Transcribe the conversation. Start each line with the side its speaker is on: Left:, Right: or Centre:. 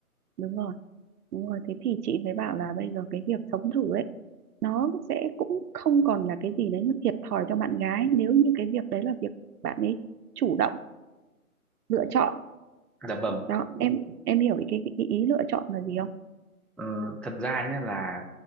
Right: đúng rồi Đúng rồi, thế thì chị mới bảo là bây giờ cái việc sống thử ấy nó sẽ cũng không còn là cái gì đấy nó thiệt thòi cho bạn gái nếu như cái việc đấy là việc bạn ấy chủ động lựa chọn
Centre: Dạ vâng.
Right: đó em em hiểu cái, cái, cái ý lựa chọn là gì không
Centre: Ờ, thật ra nhé là